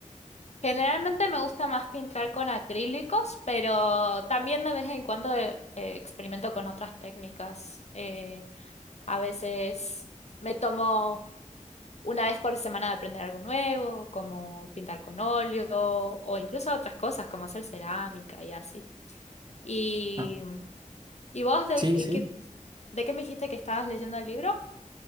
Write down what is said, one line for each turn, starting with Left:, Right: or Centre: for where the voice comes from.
Left: Generalmente me gusta más pintar con acrílicos, pero también de vez en cuando eh, eh, experimento con otras técnicas. Eh, a veces me tomo una vez por semana de aprender algo nuevo, como pintar con óleo o incluso otras cosas como hacer cerámica y así. ¿Y,
Right: Ah,
Left: y vos de,
Right: sí,
Left: qué,
Right: sí.
Left: qué- de qué me dijiste que estabas leyendo el libro?